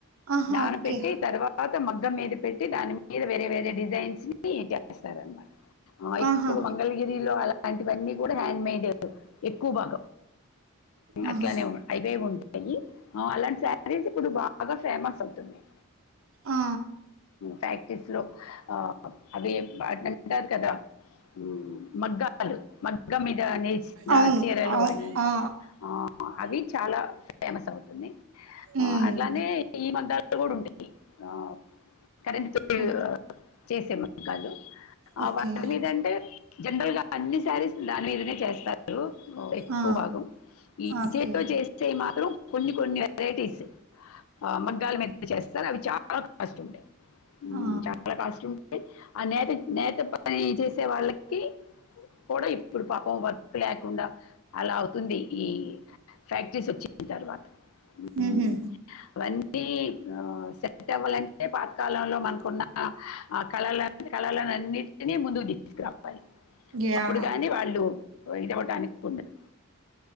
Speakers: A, on the right; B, on the left.
A: ఆహా
B: నానపెట్టి
A: ఓకే
B: తర్వాత మగ్గం మీద పెట్టి దాని మీద వేరే వేరే డిజైన్స్ ని చేస్తారనమాట ఎక్కువ
A: ఆహా
B: మంగళగిరిలో అలాంటివన్నీ కూడా హ్యాండ్ మేడ్ ఎక్కువ భాగం
A: ఆహా
B: అట్లానే హెవీ గా ఉంటాయి అలాంటి శారీస్ ఇప్పుడు బాగా ఫేమస్ అవుతున్నాయి
A: ఆ
B: ప్రాక్టీస్ లో ఆ అవి వాటిని అంటారు కదా మ్ మగ్గాలు మగ్గం మీద నేచిన
A: అవును
B: చీరలు
A: అవు
B: అని
A: ఆ
B: ఆ అవి చాలా ఫేమస్ అవుతునాయ్ ఆ
A: ఉమ్
B: అట్లానే ఈ మగ్గాలు కూడ ఉంటాయి ఆ కరెంట్ తో
A: ఆ,
B: చేసే మాగ్గాలు ఆ
A: ఓకే
B: వాటి మీద అంటే జనరల్ గా అన్ని సారీస్ దాని మీదనే చేస్తారు ఎక్కువ
A: ఆ
B: భాగం ఈ
A: ఓకే
B: చేత్తో చేస్తే మాత్రం కొన్ని కొన్ని వెరైటీస్ ఆ మగ్గాల మీద చేస్తారు అవి చాలా కాస్ట్ ఉంటాయి
A: ఆ
B: చాలా కాస్ట్ ఉంటాయి ఆ నేత నేత పని చేసే వాళ్ళకి కూడా ఇప్పుడు పాపం వర్క్ లేకుండా అలా అవుతుంది ఈ ఫ్యాక్టరీస్ వచ్చిన తర్వాత ఉమ్,
A: ఉహూ
B: అవన్నీ ఆ సెట్ అవ్వాలంటే పాతకాల లో మనకున్న ఆ కళ కళలన్నిటిని ముందుకు తీసుకురావాలి
A: యా
B: అప్పుడు గాని వాళ్ళు ఇదవ్వటానికి ఉండదు